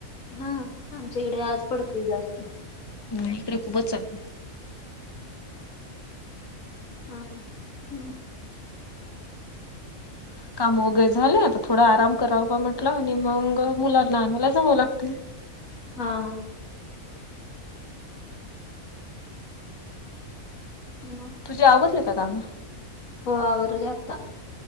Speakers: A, on the left (about 70°); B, on the left (about 20°).
A: हा आमच्या इकडे आज पडतय जास्त.
B: ह इकडे खूपच चांगलं
A: हा हम्.
B: काम वगैरे झाले आता थोडा आराम करा म्हंटला आणि मग मुला नानाला जावं लागतील.
A: हा हा. हा-
B: तुझ्या आवडले कामं-
A: हो आवरवर जता